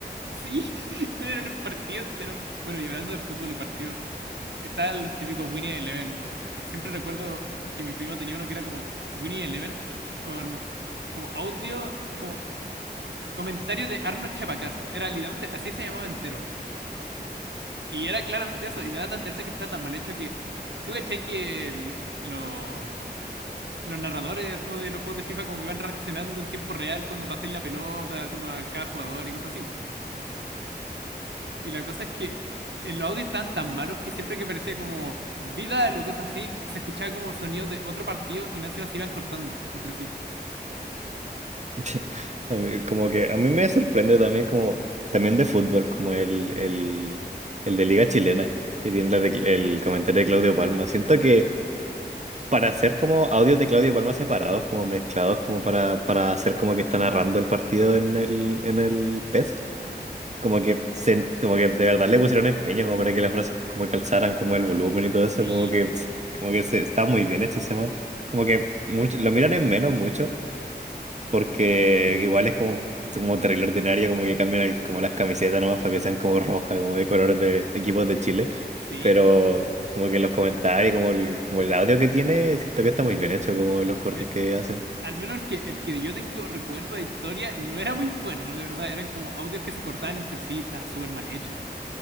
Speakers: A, on the right; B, on the right.
A: sí, <laughs> bueno, era un partido entero. Bueno, y hablando de fútbol y partido, estaban los típicos Winnie Eleven. Y siempre recuerdo que mi primo tenía uno que era como Winnie Eleven con como audio, como comentario de Arnold Chapacase. Era literalmente, así se llamaba entero. Y era claramente eso, y me da tan tercia que está tan mal hecho que. ¿Tú cachai que lo los narradores así como de los juegos de FIFA como que van reaccionando en tiempo real cuando pasáis la pelota, así como a cada jugador y cosas así. Y la cosa es que en los audios estaban tan malos que siempre que parecía como Vidal o cosas así, se escuchaba como sonidos de otro partido y más encima se iban cortando entre sí.
B: <laughs> A mí- Como que a mí me sorprende también como, también de fútbol, como el, el, el de Liga Chilena, que tiene la de- el comentario de Claudio Palma. Siento que para hacer como audios de Claudio Palma separados, como mezclados, como para, para hacer como que está narrando el partido en el, en el PES. Como que se, como que de verdad le pusieron empeño como para que las frases como que alzaran como el volumen y todo eso,
A: Sí,
B: como que como que se, está muy bien hecho ese mod. Como que mucho, lo miran en menos mucho, porque igual es como, como terrible ordinaria como que cambian el- como las camisetas nomás para que sean como rojas, como de colores de equipos de Chile,
A: sí.
B: pero como que los comentarios, como el, como el audio que tiene, siento que está muy bien hecho, como los cortes
A: Mira,
B: que hacen.
A: al menos el que, el que yo tengo recuerdo de historia no era muy bueno, de verdad. Eran como audios que se cortaban entre sí, estaba súper mal hecho.